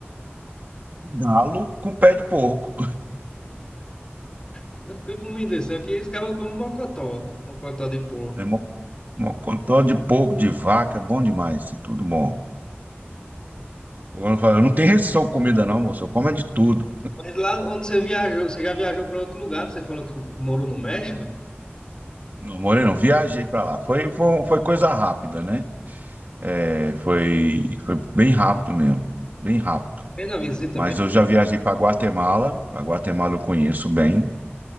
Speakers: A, on the right; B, on the left.
A: Galo com pé de porco.
B: Não, que comida isso? Aqui eles acabam como mocotó, mocotó de porco.
A: né? Mo- Mocotó de porco, de vaca, é bom demais. Isso é tudo bom. Eu não falo- eu não tenho restrição com comida, não, moço. Eu como é de tudo.
B: Mas lá onde você viajou, você já viajou para outro lugar? Você falou que morou no México?
A: Não, Moreno, viajei pra lá. Foi, foi, foi coisa rápida, né? É, foi, foi bem rápido mesmo. Bem rápido.
B: Fez na visita
A: Mas
B: mesmo?
A: eu já viajei para Guatemala. A Guatemala eu conheço bem.